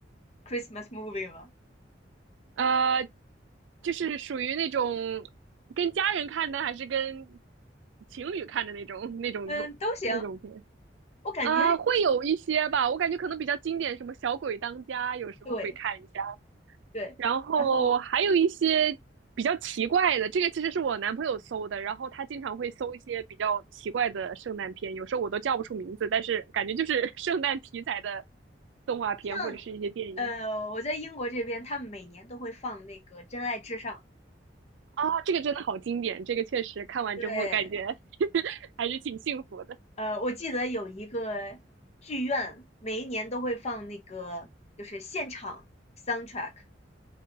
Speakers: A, on the left; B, on the right.
A: Christmas movie 吗？
B: 呃，就是属于那种跟家人看的，还是跟情侣看的那种那种东那种片
A: 嗯，都行。我感觉
B: 啊，会有一些吧。我感觉可能比较经典，什么《小鬼当家》，有时候会看一下。
A: 对对，
B: 然后还有一些比较奇怪的，
A: 然后
B: 这个其实是我男朋友搜的，然后他经常会搜一些比较奇怪的圣诞片，有时候我都叫不出名字，但是感觉就是 <laughs> 圣诞题材的动画片或者是一些电影。
A: 像呃，我在英国这边，他们每年都会放那个《真爱至上》，
B: 啊，这个真的好经典，这个确实看完之后感觉
A: 对。
B: <laughs> 还是挺幸福的。
A: 呃，我记得有一个剧院，每一年都会放那个就是现场 soundtrack，